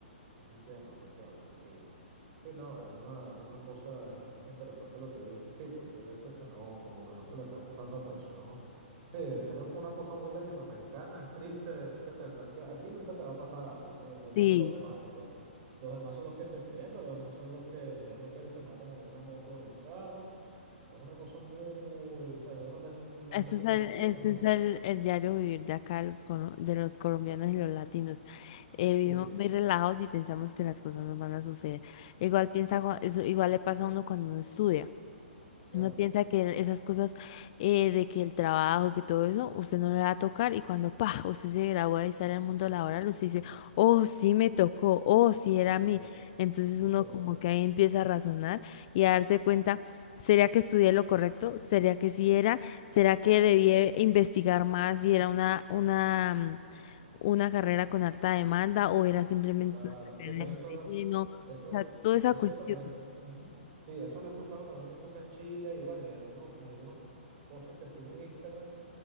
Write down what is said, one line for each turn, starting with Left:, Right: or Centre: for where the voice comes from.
Right: te entiendo, te entiendo, sí. Sí, no, es una, es una cosa, es, es interesante lo que dice, sí, porque hay veces que no, como que no se le presta tanta atención. Sí, le- creo que una cosa muy latinoamericana es triste, es que pensar que a ti nunca te va a pasar algo, eso lo- le pasa
Left: Sí.
Right: a los demás, o sea, los, los demás son los que se accidentan, los demás son los que, ni Dios lo quiere, se matan en una moto, en un carro, Es una cosa muy, o sea, yo creo que es más
Left: Este
Right: latinoamericano,
Left: es el, este
Right: no
Left: es
Right: sé
Left: el,
Right: qué.
Left: el diario vivir de acá, de los, colo- de los colombianos y los latinos. Eh, vivimos
Right: Sí,
Left: muy relajados y pensamos que las cosas nos van a suceder. Igual piensa,
Right: sí,
Left: cua- eso igual le pasa a uno cuando uno estudia.
Right: claro,
Left: Uno piensa que esas cosas eh, de que el trabajo, que todo eso, usted no le va a tocar y cuando, pa, usted se gradúa y sale al mundo laboral, usted dice, oh, sí me tocó, oh, sí era a mí.
Right: claro,
Left: Entonces uno
Right: sí,
Left: como que ahí empieza a razonar y a darse cuenta, ¿sería que estudié lo correcto? ¿Sería que sí era? ¿Será que debía
Right: claro,
Left: investigar más si era una, una, mm, una carrera con harta demanda o era simplemente
Right: claro.
Left: una carrera
Right: Sí, tienes
Left: de
Right: toda
Left: relleno?
Right: la razón. Eso,
Left: O sea, toda esa
Right: eso
Left: cuestión.
Right: también, ujú. Sí, eso lo he escuchado también mucho acá en Chile y bueno, y algunos, algunas cosas que sigo en Instagram,